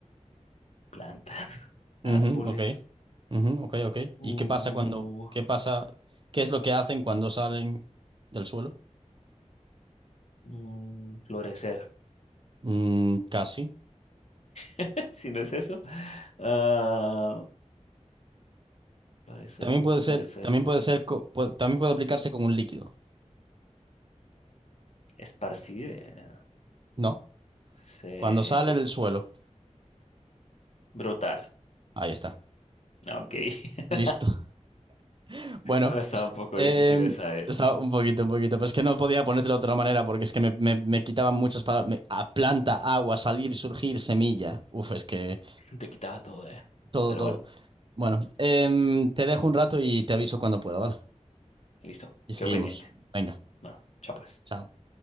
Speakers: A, on the left; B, on the right.
A: Plantas, <laughs>
B: Ujú,
A: árboles,
B: ok. Ujú, ok, ok.
A: uh,
B: ¿Y qué pasa cuando, qué pasa, qué es lo que hacen cuando salen del suelo?
A: mm, florecer.
B: Mm, casi.
A: <laughs> Si no es eso, ah, florecer
B: También
A: no
B: puede
A: es
B: ser,
A: florecer,
B: también puede ser, co- puede- también puede aplicarse con un líquido,
A: esparcir, eh,
B: ¿no?
A: se-
B: Cuando sale del suelo.
A: brotar.
B: Ahí está.
A: Ah, Ok. <laughs>
B: Listo. <laughs> Bueno,
A: No, estaba un poco
B: eh,
A: difícil esa, eh.
B: estaba un poquito, un poquito, pero es que no podía ponértelo de otra manera porque es que me, me- me quitaban muchas palabras. Me- a planta, agua, salir, surgir, semilla. Uf, es que
A: Te quitaba todo, eh.
B: todo,
A: Pero
B: todo.
A: bueno,
B: Bueno, em, te dejo un rato y te aviso cuando pueda, ¿vale?
A: listo.
B: Y seguimos.
A: Quedó pendiente.
B: Venga,
A: Bueno, chao pues.
B: chao.